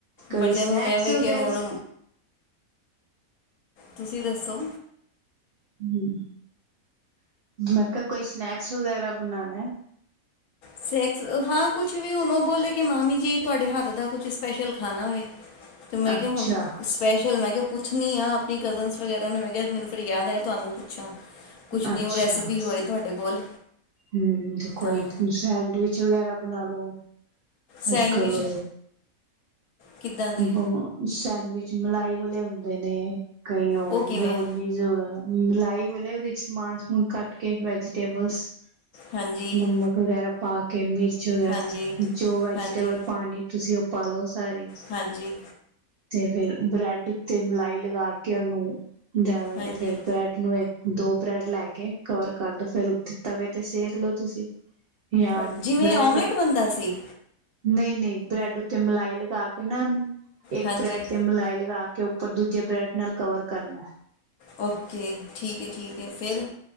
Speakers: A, on the right (about 85°); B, on the left (about 80°).
A: ਕੋਈ
B: ਬੱਚਿਆਂ
A: ਸਨੈਕਸ
B: ਨੂੰ ਹੁਣ ਐਵੇਂ
A: ਵਗੈਰਾ
B: ਕਿ ਹੁਣ ਤੁਸੀਂ ਦੱਸੋ
A: ਹ ਮੈਂ ਕਿਹਾ ਕੋਈ ਸਨੈਕਸ ਵਗੈਰਾ ਬਣਾਉਣਾ
B: ਸਨੈਕਸ ਹਾਂ ਕੁਛ ਵੀ ਹੁਣ ਉਹ ਬੋਲਦੇ ਕਿ ਮਾਮੀ ਜੀ ਤੁਹਾਡੇ ਹੱਥ ਦਾ ਕੁਛ ਸਪੈਸ਼ਲ ਖਾਣਾ ਹੋਵੇ ਅਤੇ ਮੈਂ ਕਿਹਾ
A: ਅੱਛਾ
B: ਹੁਣ ਸਪੈਸ਼ਲ ਮੈਂ ਕਿਹਾ ਪੁੱਛਣੀ ਆ ਆਪਣੀ ਕਜ਼ਨਸ ਵਗੈਰਾ ਨੂੰ ਮੈਂ ਕਿਹਾ ਮੈਨੂੰ ਫਿਰ ਯਾਦ ਆਇਆ ਤੁਹਾਨੂੰ ਪੁੱਛਾਂ ਕੁਛ ਨਿਊ
A: ਅੱਛਾ
B: ਰੈਸਿਪੀ ਹੋਏ ਤੁਹਾਡੇ ਕੋਲ
A: ਹਮ ਤੇ ਕੋਈ
B: ਤਾਂ
A: ਦੂਸਰਾ ਸੈਂਡਵਿਚ ਵਗੈਰਾ ਬਣਾ ਲੋ
B: ਸੈਂਡਵਿਚ
A: ਅੱਜ ਕੱਲ
B: ਕਿੱਦਾਂ ਦੇ
A: ਬਸ ਸੈਂਡਵਿਚ ਮਲਾਈ ਵਾਲੇ ਹੁੰਦੇ ਹੁੰਦੇ ਨੇ ਕਈ ਹੋ
B: ਉਹ
A: ਮੀਓਨਿਸ
B: ਕਿਵੇਂ
A: ਲਾਈਵ ਉਹਦੇ ਚ ਸਮਾਨ ਸਮੂਨ ਕੱਟ ਕੇ ਵੈਜੀਟੇਬਲਸ
B: ਹਾਂਜੀ
A: ਨਮਕ ਵਗੈਰਾ ਪਾ ਕਿਵੇ ਵਗੈਰਾ
B: ਹਾਂਜੀ
A: ਜੋ ਵੈਜੀਟੇਬਲ
B: ਹਾਂਜੀ
A: ਪਾਉਣੀ ਤੁਸੀਂ ਉਹ ਪਾ ਲਓ ਸਾਰੀ।
B: ਹਾਂਜੀ
A: ਤੇ ਫਿਰ ਬ੍ਰੈਡ ਉੱਤੇ ਮਲਾਈ ਲਗਾ ਕੇ ਉਹਨੂੰ। ਜ਼ਿਆਦਾ
B: ਹਾਂਜੀ
A: ਇਹ ਫੇਰ ਬ੍ਰੈਡ ਨੂੰ। ਦੋ ਬ੍ਰੈਡ ਲੈ ਕੇ ਕਵਰ ਕਰਦੋ ਫਿਰ ਉਤੇ ਤਵੇ ਤੇ ਸੇਕ ਲੋ ਤੁਸੀਂ। ਜਾਂ
B: ਅ, ਜਿਵੇਂ
A: ਬ੍ਰੈਡ।
B: ਆਮਲੇਟ ਬੰਦਾ ਸੀ
A: ਨਹੀਂ- ਨਹੀਂ ਬਰੈਡ ਉੱਤੇ ਮਲਾਈ ਲਗਾ ਕੇ। <unintelligible> ਇੱਕ
B: ਹਾਂਜੀ
A: ਬਰੈਡ ਤੇ ਮਲਾਈ ਲਗਾ ਕੇ। ਪਰ ਦੂਜੇ ਬ੍ਰੈਡ ਨਾਲ ਕਵਰ ਕਰਨਾ।
B: ਓਕੇ ਠੀਕ ਹੈ, ਠੀਕ ਹੈ ਫਿਰ।